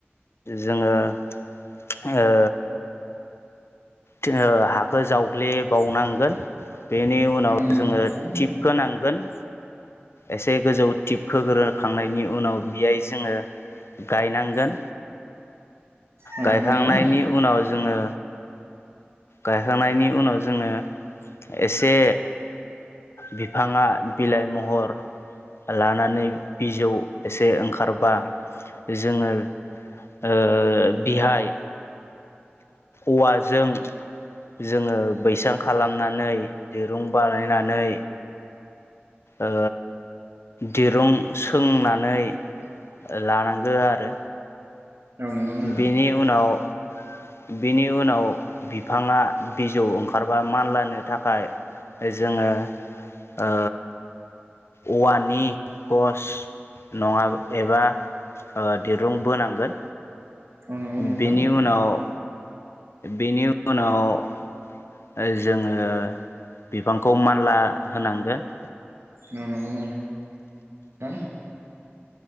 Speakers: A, on the left; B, on the right.
A: जोङो ओ जोङो हाखो जावग्लेबावनांगोन। बेनि उनाव
B: उम नंगौ
A: जोङो
B: नोंथां
A: टिपखो नांगोन। एसे गोजौ टिपखोग्रोखांनायनि उनाव बेयाय जोङो गायनांगोन
B: औ
A: गायखांनायनि
B: नंगौ नोंथां
A: उनाव जोङो गायखांनायनि उनाव जोङो एसे बिफाङा बिलाइ महर लानानै बिजौ एसे ओंखारबा जोङो ओ बिहाय औवाजों जोङो बैसां खालामनानै दिरुं बानायनानै ओ दिरुं सोंनानै ओ लानां गोन आरो
B: औ नंगौ नोंथां
A: बेनि उनाव बेनि उनाव बिफाङा बिजौ ओंखारबा मानलानो थाखाय। जोङो ओ औवानि गस नङा एबा ओ दिरुं बोनांगोन।
B: औ नंगौ नोंथां
A: बेनि उनाव बिनि उनाव ओ जोङो बिबांखौ मानला होनांगोन।
B: औ <unintelligible>